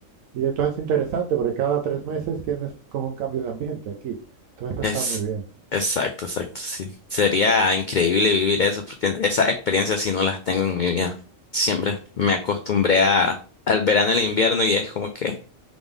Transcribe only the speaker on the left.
Es
exacto, exacto. Sí. Sería increíble vivir eso porque esas experiencias sí no las tengo en mi vida. Siempre me acostumbré a, al verano y el invierno y es como que